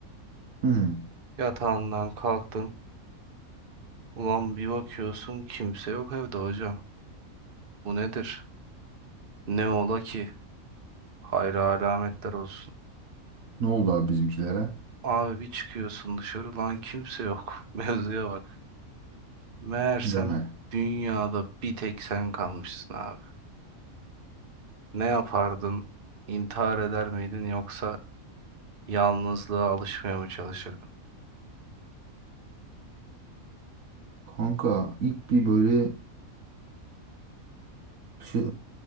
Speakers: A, on the right (about 70°); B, on the right (about 40°).
A: Hı.
B: Yatağından kalktın. Ulan bir bakıyorsun kimse yok evde hocam. Bu nedir? Ne ola ki? Hayra alametler olsun.
A: Ne oldu abi bizimkilere?
B: Abi bir çıkıyorsun dışarı lan kimse yok. <laughs> Mevzuya bak. Meğersem
A: Deme.
B: dünyada bir tek sen kalmışsın abi. Ne yapardın? İntihar eder miydin yoksa yalnızlığa alışmaya mı çalışırdın?
A: Kanka ilk bir böyle şey...